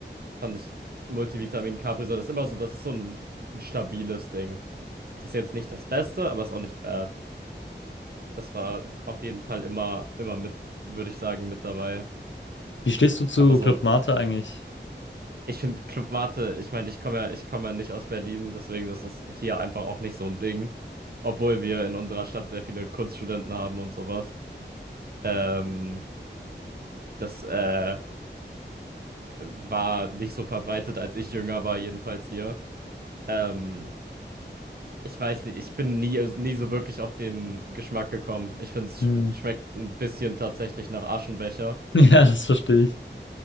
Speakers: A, on the right; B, on the left.
A: Fand ich Multivitamin Capri-Sonne ist immer so, das ist so ein, ein stabiles Ding. Das ist jetzt nicht das Beste, aber ist auch nicht bad. Das war auf jeden Fall immer, immer mit, würde ich sagen, mit dabei.
B: Wie stehst du zu
A: Aber so,
B: Club Mate eigentlich?
A: ich finde Club Mate, ich meine, ich komme ja, ich komme ja nicht aus Berlin, deswegen ist das hier einfach auch nicht so ein Ding. Obwohl wir in unserer Stadt sehr viele Kunststudenten haben und sowas. Ähm, das äh, war nicht so verbreitet, als ich jünger war, jedenfalls hier. Ähm, ich weiß nicht, ich bin nie, nie so wirklich auf den Geschmack gekommen. Ich finde, es
B: Hm.
A: sch schmeckt ein bisschen tatsächlich nach Aschenbecher.
B: <laughs> Ja, das verstehe ich.